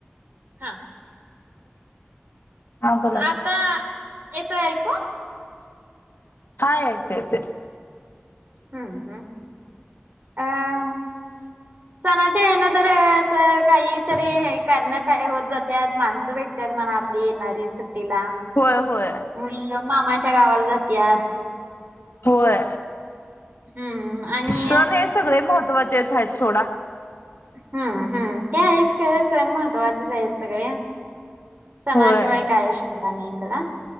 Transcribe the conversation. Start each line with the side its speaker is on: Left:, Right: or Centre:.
Right: हा.
Left: हा बोला
Right: आता,
Left: की.
Right: येतोय ऐकू?
Left: हा, येतो येतो.
Right: हम्म हम्म अ. सणाच्या हेन तर असं काहीतरी, कारण का य होतं जात्यात माणसं भेट त्यात म्हणा आपली येणारी सुट्टीला.
Left: होय होय
Right: मुलं मामाच्या गावाला जात्यात.
Left: होय.
Right: हम्म आणि,
Left: सण हे सगळे महत्त्वाचेच आहेत सोडा.
Right: हम्म हम्, ते आहेच खरं सण महत्त्वाचेच आहेत सगळे. सणाशिवाय
Left: होय
Right: कायच शोभा नाही सोडा.